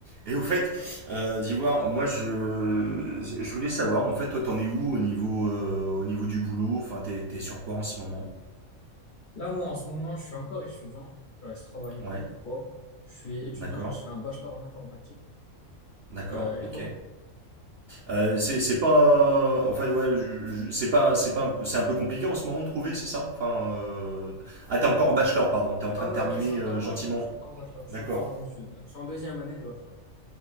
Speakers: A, on the right; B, on the left.
A: Et au fait, euh, d'Ivoire, moi je, je voulais savoir, en fait, toi t'en es où au niveau, euh, au niveau du boulot? Enfin, t'es, t'es sur quoi en ce moment?
B: Là, moi, en ce moment, je suis encore étudiant. Euh, je travaille
A: Ouais,
B: toujours pas. Je suis étudiant,
A: d'accord,
B: là, je fais un bachelor en informatique.
A: d'accord,
B: Euh,
A: ok.
B: et toi?
A: Euh, c'est, c'est pas. En fait, ouais, je- je- c'est pas, c'est pas, un- c'est un peu compliqué en ce moment de trouver, c'est ça? Enfin, euh, Ah, t'es encore en bachelor, pardon, t'es en train
B: Ah
A: de
B: ouais,
A: terminer
B: ouais, je suis encore
A: euh,
B: en
A: gentiment.
B: bachelor, je suis encore en bachelor, je
A: D'accord.
B: suis encore en études, là. Je suis en deuxième année de bachelor.